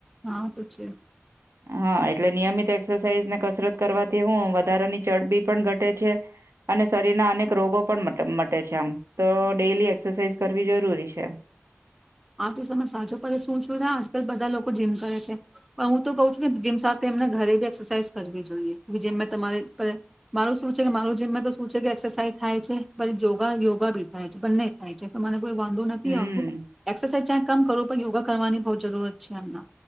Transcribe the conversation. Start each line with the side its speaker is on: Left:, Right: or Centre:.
Centre: હા તો છે
Right: હા એટલે નિયમિત એક્સરસાઇઝ ને કસરત કરવાથી હું વધારાની ચરબી પણ ઘટે છે અને શરીરના અનેક રોગો પણ મ છે આમ તો ડેલી એક્સરસાઇઝ કરવી જરૂરી છે.
Centre: આ તો તમે સાચો શું શું થ આજકાલ બધા લોકો જીમ કરે છે પણ હું તો કઉ છું જીમ સાથે એમને ઘરે બી એક્સરસાાઈઝ કરવી જોઈએ જમમાં તમારે મારું શું છે કે માર જીમમાં તો શું છે કે એક્સરસાાઈઝ થાય છે યોગા યોગા ભી થાય છે બંને થાય છે. મને કોઈ વાંધો નથી
Right: હમ
Centre: આવો એક્સરસાઝ કમ કરવું યોગા કરવાની બહ જરૂરત છે એમને.